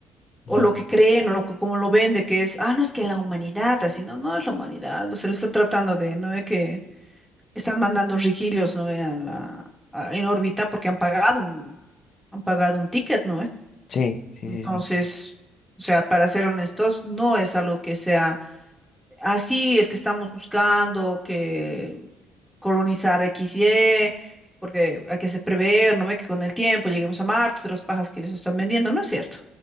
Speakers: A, in the centre; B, on the left.
A: o
B: Ya.
A: lo que creen, o lo que, como lo vende, que es, ah, no es que la humanidad, así, no, no es la humanidad, se lo están tratando de, no ve que están mandando riquillos, no vean la a- en órbita porque han pagado un, han pagado un ticket, ¿no? eh?
B: Sí, sí,
A: Entonces,
B: sí, sí.
A: o sea, para ser honestos, no es algo que sea así es que estamos buscando que colonizar X Y, porque hay que se prever, ¿no? ve Que con el tiempo lleguemos a Marte, otras pajas que ellos están vendiendo, no es cierto.